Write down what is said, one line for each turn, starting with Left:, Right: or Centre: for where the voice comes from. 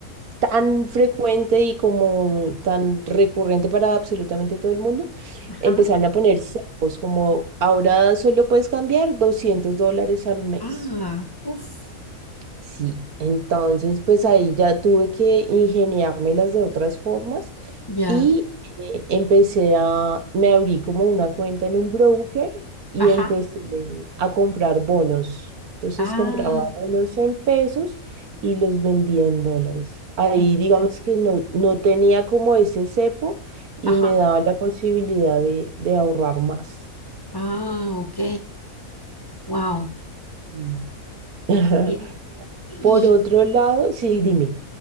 Right: tan frecuente y como tan recurrente para absolutamente todo el mundo,
Left: ajá.
Right: empezaron a poner cepos, como ahora solo puedes cambiar 200 dólares al mes.
Left: Ah, uff.
Right: Sí, entonces pues ahí ya tuve que ingeniármelas de otras formas
Left: Ya,
Right: y eh, empecé a, me abrí como una cuenta en un broker y
Left: ajá,
Right: empecé Ujú. a comprar bonos. Entonces
Left: ah,
Right: compraba bonos en pesos y los vendía en dólares. Ahí
Left: entiendo.
Right: digamos que no, no tenía como ese cepo y
Left: ajá,
Right: me daba la posibilidad de, de ahorrar más.
Left: ah, ok, wow.
Right: Y- <laughs>
Left: Y, y-
Right: Por otro lado, sí, dime,